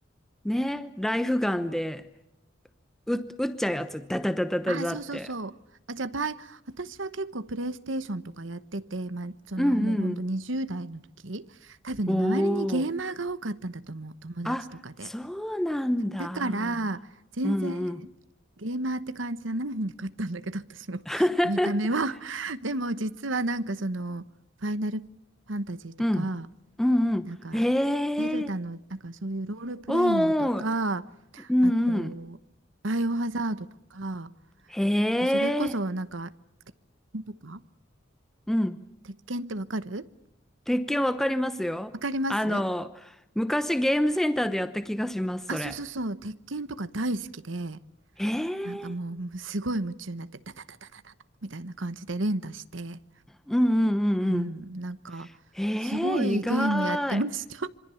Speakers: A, in the centre; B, on the right.
A: ね、ライフガンでう撃っちゃうやつ、ダダダダダダって。
B: ああ、そうそうそう。あ、じゃあ、バイ、私は結構プレイステーションとかやってて、まあ、そのもうほんと20代の時、
A: うんうん
B: 多分ね、
A: おお。
B: 周りにゲーマーが多かったんだと思う。友達とかで。
A: あ、そうなんだ。
B: だから、全然
A: うんうん。
B: ゲーマーって感じじゃないかったんだけど、私も
A: <laughs>
B: <laughs> 見た目は。でも、実はなんかその、ファイナルファンタジーとか、
A: うん。うんうん。
B: なんか、
A: ええ。
B: ゼルダの、なんかそういうロールプレイングとか、
A: おーおー。うんうん。
B: あと、バイオハザードとか、
A: へ
B: それこそなんか、
A: え、
B: 鉄拳とか、
A: うん。
B: 鉄拳ってわかる
A: 鉄拳わかりますよ。
B: わかります
A: あの、昔ゲームセンターでやった気がします、
B: あ、
A: それ。
B: そうそうそう、鉄拳とか大好きで、
A: へえ、
B: なんかもう、もうすごい夢中になって、ダダダダダダダみたいな感じで連打して、
A: うんうんうんうん。
B: うん、なんか、
A: へえ、
B: すごいゲームやってました。
A: 意外。